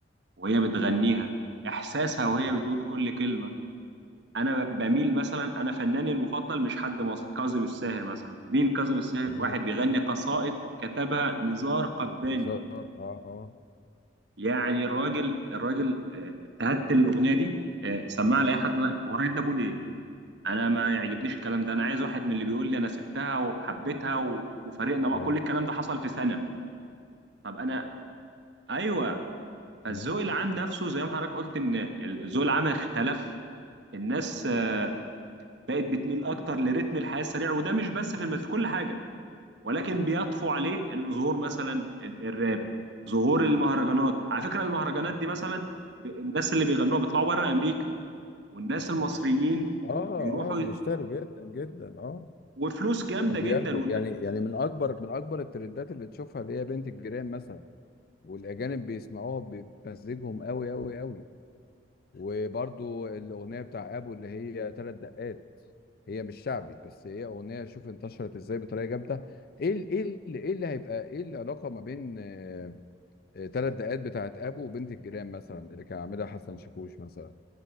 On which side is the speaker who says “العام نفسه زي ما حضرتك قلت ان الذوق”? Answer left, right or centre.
Right